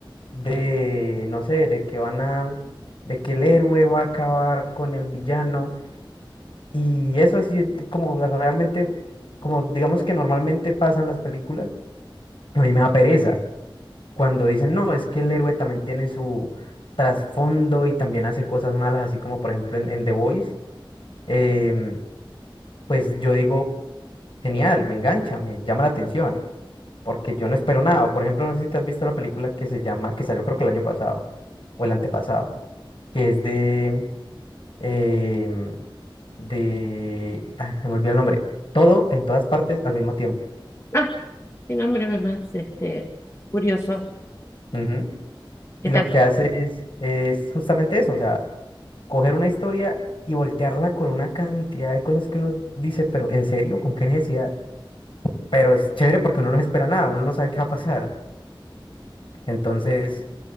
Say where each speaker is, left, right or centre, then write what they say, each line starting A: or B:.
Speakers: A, on the left; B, on the left.
A: de, no sé, de que van a, de que el héroe va a acabar con el villano. Y eso así, como realmente, como digamos que normalmente pasan las películas, a mí me da pereza cuando dicen, no, es que el héroe también tiene su trasfondo y también hace cosas malas, así como por ejemplo en, en The Voice, em, pues yo digo, genial, me engancha, me llama la atención. Porque yo no espero nada. O, por ejemplo, no sé si te has visto la película que se llama, que salió creo que el año pasado o el antepasado. que es de, em, de, ah, me olvidé el nombre, todo en todas partes al mismo tiempo.
B: Ah, qué nombre más este, curioso.
A: Ujú.
B: ¿Qué
A: Y lo
B: tal?
A: que hace es, es justamente eso, o sea, coger una historia y voltearla con una cantidad de cosas que uno dice, pero ¿en serio? ¿Con qué necesidad? Pero es chévere porque uno no se espera nada, uno no sabe qué va a pasar. Entonces,